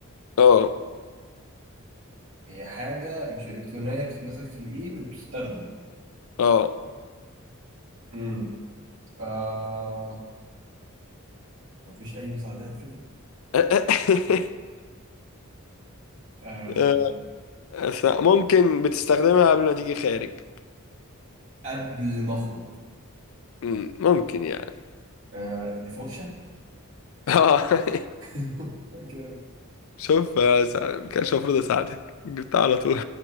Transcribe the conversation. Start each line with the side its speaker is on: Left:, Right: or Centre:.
Left: اه
Right: هي حاجة مش إلكترونية بتتمسك في الإيد وبتستخدم
Left: اه
Right: امم آه مفيش أي مساعدات كده
Left: <laughs>
Right: آه
Left: آه، ممكن بتستخدمها قبل ما تيجي خارج
Right: قبل ما أخرج
Left: مم، ممكن يعني
Right: آه دي فرشة
Left: <laughs> اه
Right: <laughs> أوكي.
Left: شوف آه، سا- كانش المفروض اساعدك جبتها على طول